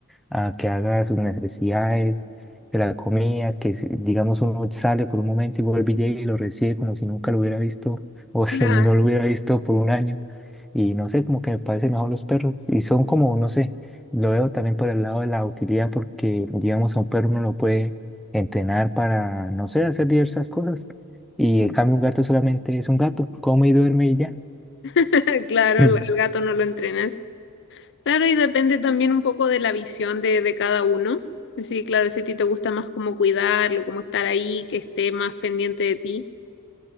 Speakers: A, in the centre; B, on the left (about 55°).
A: a que haga sus necesidades, que la comida, que si- digamos uno sale por un momento y vuelve y llega y lo recibe como si nunca lo hubiera visto o <laughs> si
B: Claro,
A: no lo hubiera visto por un año. Y no sé, como que me parecen mejor los perros. Y son como, no sé, lo veo también por el lado de la utilidad porque, digamos, a un perro uno lo puede entrenar para, no sé, hacer diversas cosas. Y en cambio un gato solamente es un gato, come y duerme y ya.
B: <laughs> claro,
A: <laughs>
B: el, el gato no lo entrenas. Claro, y depende también un poco de la visión de, de cada uno. Sí, claro, si a ti te gusta más cómo cuidarlo, cómo estar ahí, que esté más pendiente de ti.